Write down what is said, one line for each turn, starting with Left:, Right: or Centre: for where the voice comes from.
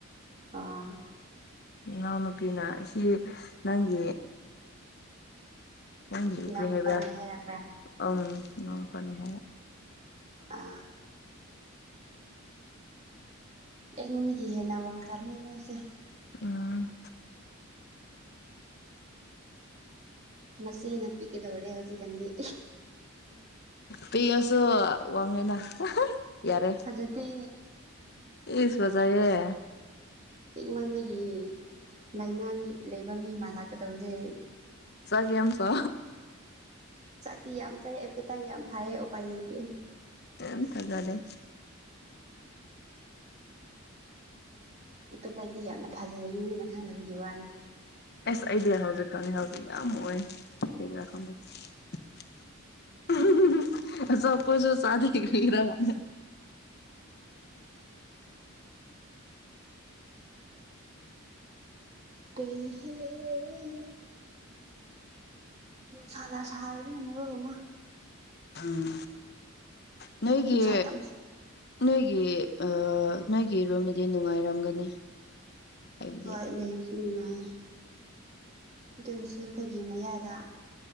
Right: ꯑꯥ
Left: ꯏꯅꯥꯎ ꯅꯨꯨꯄꯤꯅ ꯁꯤ ꯅꯪꯒꯤ ꯅꯪ
Right: ꯏꯅꯥꯎꯅꯨꯄꯥꯅꯦ
Left: ꯐꯦ ꯍꯥꯏꯕ
Right: ꯍꯥꯏꯔꯛꯄ꯭ꯔꯥ
Left: ꯎꯝꯣꯡ ꯐꯅꯤ ꯍꯥꯏ
Right: ꯑ ꯑꯩꯉꯣꯟꯗꯒꯤ ꯍꯦꯟꯅ ꯋꯥꯡꯈ꯭ꯔꯕꯅꯤ ꯃꯣꯏꯁꯦ
Left: ꯎꯝ
Right: ꯃꯁꯤꯅ ꯄꯤꯛꯀꯗꯧꯔꯦ ꯍꯧꯖꯤꯛꯀꯥꯟꯗꯤ
Left: ꯄꯤꯉꯁꯨꯣ ꯋꯥꯡꯉꯦꯅ ꯌꯥꯔꯦ
Right: ꯐꯖꯗꯦ
Left: ꯏꯁ ꯃꯖꯥꯏꯦ
Right: ꯄꯛꯃꯗ ꯌꯦ ꯂꯥꯏꯅꯥ ꯃꯤ ꯂꯩꯕ ꯃꯤ ꯃꯥꯜꯂꯥꯛꯀꯗꯧꯔꯦ
Left: ꯆꯒꯤꯦꯦꯝ ꯁꯣ
Right: ꯆꯥꯛꯇꯤ ꯌꯥꯝ ꯆꯥꯏ ꯑꯦꯄꯦꯇꯥ ꯌꯥꯝ ꯐꯩꯌꯦ ꯎꯄꯥꯏ ꯂꯩꯕꯤꯑ
Left: ꯝ ꯊꯖꯗꯦ
Right: ꯏꯄꯠꯇ ꯑꯥꯏꯇꯤ ꯌꯥꯝꯅ ꯐꯖꯩꯦꯅ ꯑꯩꯅ ꯈꯪꯅꯕꯒꯤ ꯋꯥꯅꯤ
Left: ꯑꯦꯁ ꯑꯥꯏꯗꯤꯌꯥ ꯍꯧꯖꯤꯛꯀꯥꯟꯅꯤ ꯍꯧꯖꯤꯛ ꯌꯥꯝ ꯑꯣꯏꯥ ꯈꯪꯕꯤ ꯁꯣꯄꯨ ꯆ ꯆ ꯀꯔꯃꯦ
Right: ꯄ ꯂꯩ ꯁꯅꯥ ꯁꯍꯔꯤꯕ ꯅꯅꯔꯣꯜ ꯑꯃ
Left: ꯎꯝ ꯅꯣꯏꯒꯤ
Right: ꯅꯨꯡꯁꯥ ꯌꯥꯝ
Left: ꯅꯣꯏꯒꯤ ꯅꯣꯏꯒꯤ ꯏꯔꯣꯟꯗꯗꯤ ꯅꯨꯡꯉꯥꯏꯔꯝꯒꯅꯤ ꯍꯥꯏꯕꯗꯤ
Right: ꯍꯣꯏ ꯂꯩꯕꯁꯨ ꯅꯨꯡꯉꯥꯏ ꯑꯗꯨ ꯑꯣꯏꯔꯁꯨ ꯑꯩꯈꯣꯏꯒꯤ ꯃꯌꯥꯗ